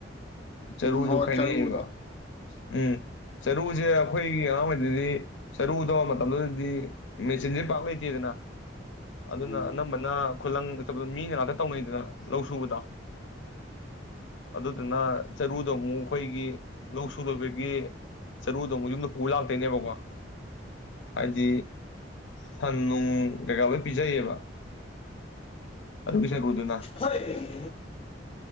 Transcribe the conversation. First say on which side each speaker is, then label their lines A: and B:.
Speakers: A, on the left; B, on the left.
A: ꯆꯔꯨꯁꯨ
B: ꯎꯝ ꯑꯣ
A: ꯈꯥꯏꯅꯩꯌꯦꯕ
B: ꯆꯔꯨꯗꯣ
A: ꯎꯝ ꯆꯔꯨꯁꯦ ꯑꯩꯈꯣꯏꯒꯤ ꯑꯉꯥꯡ ꯑꯣꯏꯔꯤꯩꯗꯤ ꯆꯔꯨꯗꯧꯕ ꯃꯇꯝꯗꯨꯗꯗꯤ ꯃꯦꯆꯤꯟꯁꯦ ꯄꯥꯛ ꯂꯩꯇꯦꯗꯅ ꯑꯗꯨꯅ
B: ꯎꯝ
A: ꯑꯅꯝꯕꯅ ꯈꯨꯂꯪ ꯆ ꯆꯕꯗ ꯃꯤꯅ ꯉꯥꯛꯇ ꯇꯧꯅꯩꯗꯅ ꯂꯧ ꯁꯨꯕꯗꯣ ꯑꯗꯨꯗ ꯊꯅ ꯆꯔꯗꯣ ꯑꯃꯨꯛ ꯑꯩꯈꯣꯏꯒꯤ ꯂꯧ ꯁꯨ ꯂꯣꯏꯕꯒꯤ ꯆꯔꯨꯗꯣ ꯑꯃꯨꯛ ꯌꯨꯝꯗ ꯄꯨꯕ ꯂꯥꯛꯇꯣꯏꯅꯦꯕꯀꯣ ꯍꯥꯏꯗꯤ ꯁꯟ ꯅꯨꯡ ꯀꯩꯀꯥ ꯂꯣꯏ ꯄꯤꯖꯩꯌꯦꯕ ꯑꯗꯨꯒꯤ ꯆꯔꯨꯗꯨꯅ
B: ꯍꯗꯤ